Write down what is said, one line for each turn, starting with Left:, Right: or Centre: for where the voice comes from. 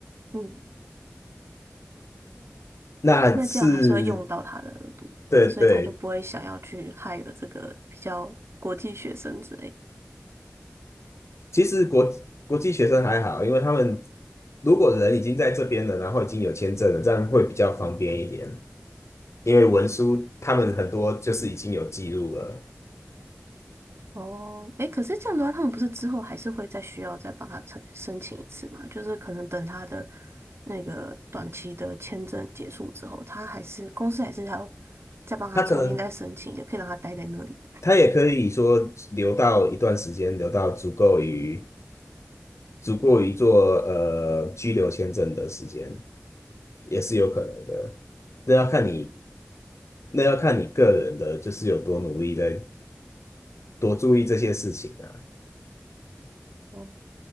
Right: 嗯，
Left: 那是，
Right: 那这样还是要用到他的额度，
Left: 对对，
Right: 所以他就不会想要去害了这个比较国际学生之类的
Left: 其实国国际学生还好，因为他们如果人已经在这边了，然后已经有签证了，这样会比较方便一点。因为文书他们很多就是已经有记录了，
Right: 哦，哎，可是这样的话，他们不是之后还是会再需要再帮他申申请一次嘛？就是可能等他的那个短期的签证结束之后，他还是公司还是还要再帮他重新再申请一个可以让他待在那里的。
Left: 他可能他也可以说留到一段时间，留到足够于足过于做呃居留签证的时间，也是有可能的。那要看你，那要看你个人的，就是有多努力在多注意这些事情啊。
Right: 哦，